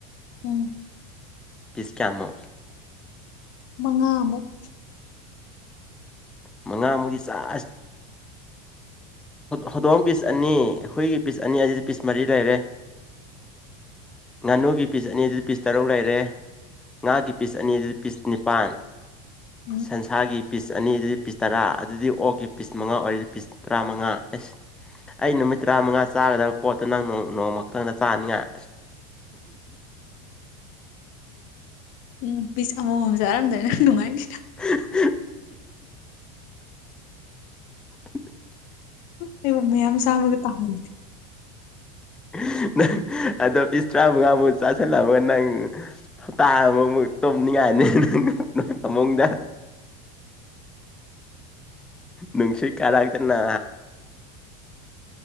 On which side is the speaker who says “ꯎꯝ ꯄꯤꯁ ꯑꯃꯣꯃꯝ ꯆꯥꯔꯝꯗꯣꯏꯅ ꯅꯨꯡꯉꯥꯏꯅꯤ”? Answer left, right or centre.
Left